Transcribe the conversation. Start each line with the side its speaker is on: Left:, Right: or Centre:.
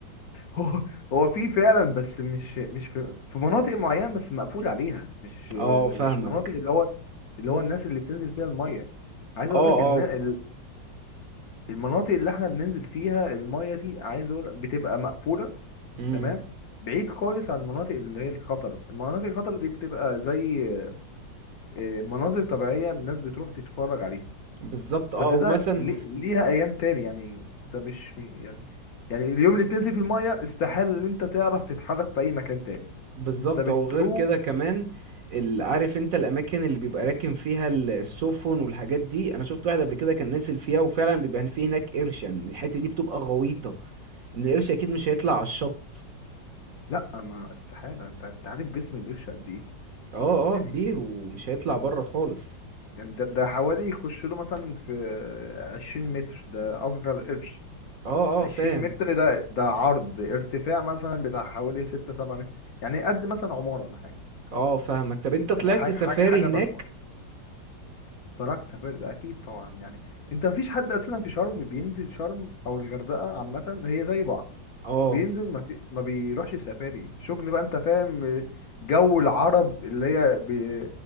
Left: هو هو في فعلا بس مش مش في, في مناطق معينة بس مقفول عليها مش
Right: اه فاهمك
Left: مش مناطق اللي هو اللي هو الناس اللي بتنزل فيها المية عايز اقول
Right: اه
Left: لك
Right: اه
Left: ان ال- المناطق اللي احنا بننزل فيها المية دي عايز اقول لك بتبقى مقفولة
Right: امم
Left: تمام بعيد خالص عن المناطق اللي هي الخطر المناطق الخطر دي بتبقى زي آه، مناظر طبيعية الناس بتروح تتفرج عليها
Right: بالظبط اه
Left: بس ده
Right: ومثلا
Left: لي- ليها ايام تاني يعني انت مش يعني يعني اليوم اللي بتنزل في المية استحالة ان انت تعرف تتحرك في اي مكان تاني
Right: بالظبط
Left: انت بتروق
Right: او غير كده كمان ال- عارف انت الاماكن اللي بيبقى راكن فيها ال- السفن والحاجات دي انا شفت واحد قبل كده كان نزل فيها وفعلا بيبقى فيه هناك قرش يعني الحته دي بتبقى غويطه ان القرش اكيد مش هيطلع على الشط
Left: لا ما استحاله انت انت عارف جسم القرش قد ايه
Right: اه
Left: يعني
Right: اه كبير ومش هيطلع بره خالص
Left: يعني ده ده حوالي يخش له مثلا في 20 متر ده اصغر قرش
Right: اه اه
Left: 20
Right: فاهم
Left: متر ده ده عرض ارتفاع مثلا بتاع حوالي 6 7 متر يعني قد مثلا عماره ولا حاجه
Right: اه فاهمك طب انت طلعت
Left: يعني حاجه
Right: سفاري
Left: حاجه حاجة
Right: هناك
Left: ضخمه تركت سفاري ده اكيد طبعا يعني انت مفيش حد اساسا في شرم بينزل شرم او الغردقه عامه هي زي بعض
Right: اه
Left: بينزل ما, في... ما بيروحش سفاري شغل بقى انت فاهم جو العرب اللي هي بي...